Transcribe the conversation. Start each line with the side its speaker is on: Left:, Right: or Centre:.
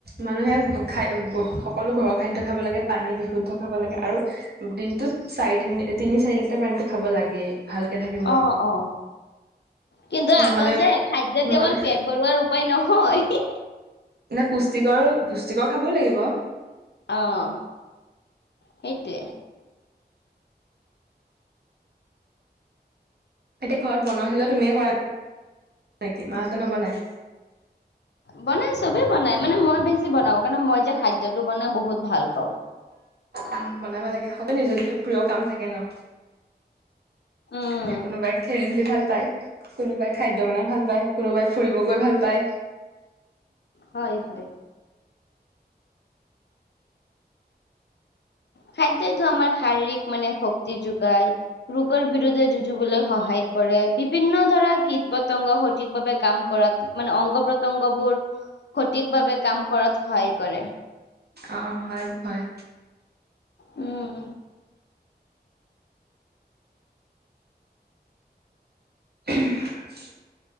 Right: মানুহে খাই সকলো ঘৰৰ খাদ্য খাব লাগে, পানী বিশুদ্ধ খাব লাগে আৰু দিনটোত চাৰি তিনি তিনি চাৰি লিটাৰ পানীতো খাব লাগে। ভালকে থাকি
Left: অহ অহ কিন্তু
Right: নহ'লে
Left: আকৌ যে খাদ্য
Right: নহ'লে
Left: কেৱল পেট ভৰুৱাৰ উপায় নহয়।
Right: এনে পুষ্টিকৰ, পুষ্টিকৰ খাব লাগিব।
Left: অহ সেইটোৱে।
Right: এতিয়া ঘৰত বনোৱা সিজোৱা তুমিয়ে কৰা নেকি, মাহঁতে নবনাই?
Left: বনাই চবে বনাই মানে মই বেছি বনাওঁ কাৰণ মই যে খাদ্যটো বনাই বহুত ভাল পাওঁ।
Right: উম বনাব লাগে, সকলোৰে নিজৰ নিজৰ প্ৰিয় কাম থাকে ন।
Left: উম
Right: এতিয়া কোনোবাই খেলি ধুলি ভাল পায়। কোনোবাই খাদ্য বনাই ভাল পায়, কোনোবাই ফুৰিব গৈ ভাল পায়।
Left: হয় হয়। খাদ্যইতো আমাৰ শাৰীৰিক মানে শক্তি যোগায়। ৰোগৰ বিৰুদ্ধে যুঁজিবলৈ সহায় কৰে, বিভিন্ন ধৰা কীট - পতংগ সঠিকভাৱে কাম কৰাত মানে অংগ প্ৰত্যংগবোৰ সঠিকভাৱে কাম কৰাত সহায় কৰে।
Right: অহ হয় হয়।
Left: উম।
Right: <unintelligible>